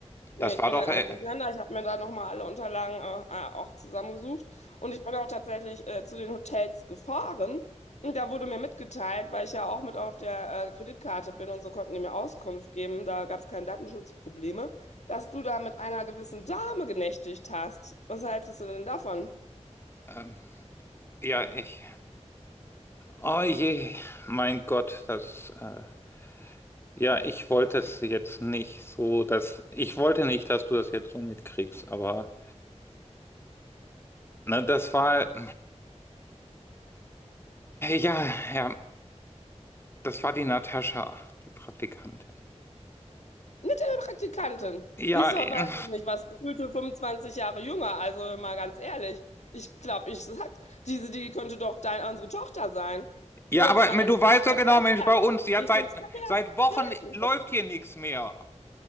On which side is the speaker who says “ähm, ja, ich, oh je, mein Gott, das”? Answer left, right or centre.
Left